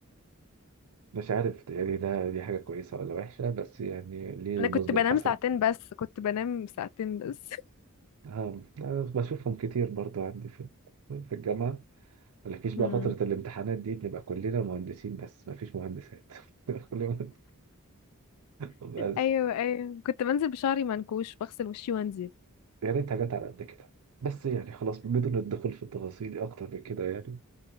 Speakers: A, on the right; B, on the left.
A: مش عارف يعني ده دي حاجة كويسة ولا وحشة بس يعني ليه
B: انا
A: نظلم
B: كنت بنام
A: حسن
B: ساعتين بس كنت بنام ساعتين بس
A: اه أنا بشوفهم كتير برضو عندي في في الجامعة مالكيش بقى
B: مم.
A: فترة الامتحانات دي بنبقى كلنا مهندسين بس مفيش مهندسات <laughs> كلنا بس
B: ايوه ايوه كنت بنزل بشعري منكوش بغسل وشي وانزل
A: يا ريت حاجات على قد كده بس يعني خلاص بدون الدخول في التفاصيل اكتر من كده يعني